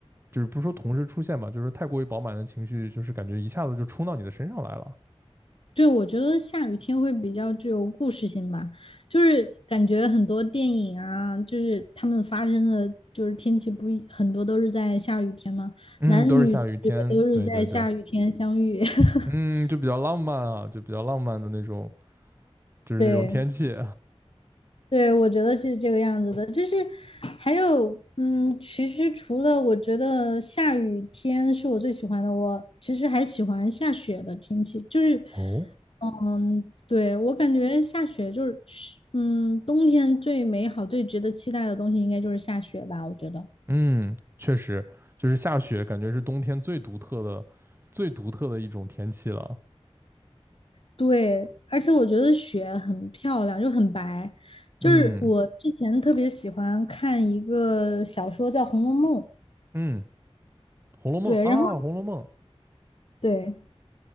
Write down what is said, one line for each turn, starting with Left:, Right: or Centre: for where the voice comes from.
Right: 就是不是说同时出现吧，就是太过于饱满的情绪，就是感觉一下子就冲到你的身上来了。
Left: 对，我觉得下雨天会比较具有故事性吧，就是感觉很多电影啊，就是他们发生的就是天气不一，很多都是在下雨天嘛，
Right: 嗯，
Left: 男女主角都是在下雨天相遇，
Right: 都是下雨天，对对对，
Left: <laughs>
Right: 嗯，就比较浪漫啊，就比较浪漫的那种，就是那种天气。
Left: 对。对，我觉得是这个样子的，就是还有，嗯，其实除了我觉得下雨天是我最喜欢的，我其实还喜欢下雪的天气，就是，
Right: <laughs> 哦，
Left: 嗯，对，我感觉下雪就是，嗯，冬天最美好、最值得期待的东西应该就是下雪吧，我觉得。
Right: 嗯，确实，就是下雪，感觉是冬天最独特的、最独特的一种天气了。
Left: 对，而且我觉得雪很漂亮，就很白，就是我之前特别喜欢看一个小说叫《红楼梦》，
Right: 嗯嗯，《红楼梦》啊，
Left: 对，然后
Right: 《红楼梦》。
Left: 对。